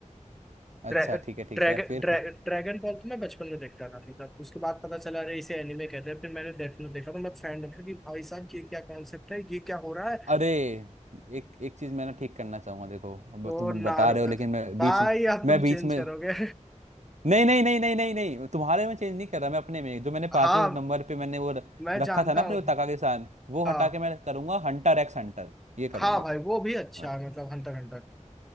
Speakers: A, on the right (about 65°); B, in the centre.
A: अच्छा
B: ड्रै,
A: ठीक है ठीक
B: ड्रैगन
A: है फिर
B: ड्रै,
A: फिर
B: ड्रैगन बॉल तो मैं बचपन में देखता था देखा उसके बाद पता चला अरे इसे एनिमे कहते हैं फिर मैंने डेथ नोट देखा तो मैं फैन था कि भाई साहब ये क्या कॉन्सेप्ट है ये क्या हो रहा है
A: अरे एक एक चीज मैं ना ठीक करना चाहूंगा देखो अब
B: तो
A: तुम
B: नार
A: बता रहे हो लेकिन मैं बीच
B: भाई
A: में
B: अब
A: मैं
B: तुम
A: बीच
B: चेंज
A: में
B: करोगे
A: नहीं नहीं नहीं नहीं नहीं नहीं तुम्हारे में चेंज नहीं कर रहा मैं अपने में जो मैंने
B: <laughs>
A: पांचवें
B: हाँ
A: नंबर पे मैंने वो र-
B: मैं
A: रखा
B: जानता
A: था ना अपने
B: हूँ
A: वो तका के साथ वो
B: हाँ
A: हटा के मैं करूंगा हंटर एक्स हंटर ये
B: हाँ
A: करूंगा
B: भाई वो भी अच्छा
A: मैं
B: है मतलब हंटर हंटर